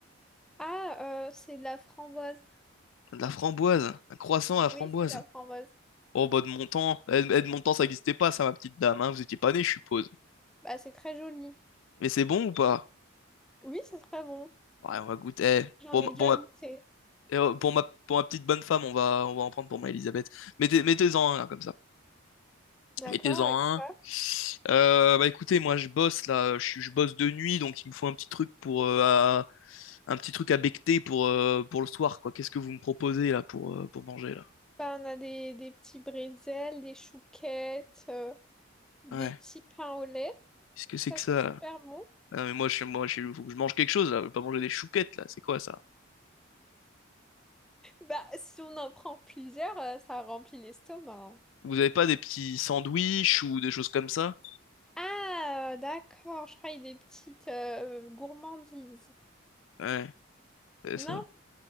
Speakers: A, in the centre; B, on the left (about 75°).
A: Ah, euh, c'est de la framboise.
B: De la framboise, un croissant à la framboise.
A: Oui, c'est de la framboise.
B: Oh bah de mon temps, eh, eh, de mon temps ça n'existait pas ça ma petite dame, hein, vous étiez pas née je suppose.
A: Bah, c'est très joli.
B: Mais c'est bon ou pas?
A: Oui, c'est très bon.
B: Ouais, on va goûter. Eh,
A: J'en
B: Pour
A: ai
B: ma,
A: déjà
B: pour ma,
A: goûté.
B: eh, oh, pour ma, pour ma petite bonne femme, on va, on va en prendre pour ma Elisabeth. Mettez, mettez-en un là comme ça.
A: D'accord
B: Mettez-en
A: avec
B: un.
A: ça?
B: Euh, bah écoutez, moi je bosse là, je, suis- je bosse de nuit donc il me faut un petit truc pour euh, un petit truc à becter pour, euh, pour le soir, quoi. Qu'est-ce que vous me proposez là pour, euh, pour manger là?
A: Bah, on a des, des petits bretzels, des chouquettes, euh, des
B: Ouais.
A: petits pains au lait.
B: Qu'est-ce que c'est
A: Ça,
B: que
A: c'est
B: ça?
A: super
B: là
A: bon.
B: Ah, mais moi, je, suis- moi, je, suis- faut que je mange quelque chose là. Je veux pas manger des chouquettes là. C'est quoi ça?
A: Bah, si on en prend plusieurs, euh, ça remplit l'estomac. hein.
B: Vous avez pas des petits sandwichs ou des choses comme ça?
A: Ah, euh, d'accord, je croyais des petites euh, gourmandises.
B: Ouais, c'est ça.
A: Non,